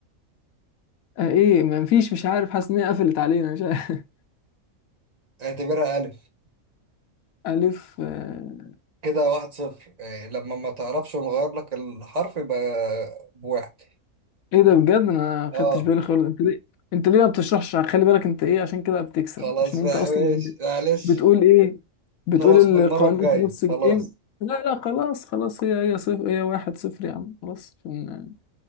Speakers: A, on the left; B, on the right.
A: آه ايه ما فيش مش عارف حاسس ان هي قفلت علينا مش عارف
B: اعتبرها ألف
A: <laughs> الف آه
B: كده واحد صفر آه لما ما تعرفش ونغير لك الحرف يبقى بواحد
A: ايه ده بجد انا ما
B: اه
A: خدتش بالي خالص انت ليه انت ليه ما بتشرحش خلي بالك انت ايه عشان كده بتكسب
B: خلاص
A: عشان انت
B: بقى
A: اصلا
B: ماشي معلش
A: بتقول ايه بتقول
B: خلاص من المرة
A: القوانين
B: الجاية
A: في نص الجيم
B: خلاص
A: لا لا خلاص خلاص هي هي صفر هي واحد صفر يا عم خلاص عشان-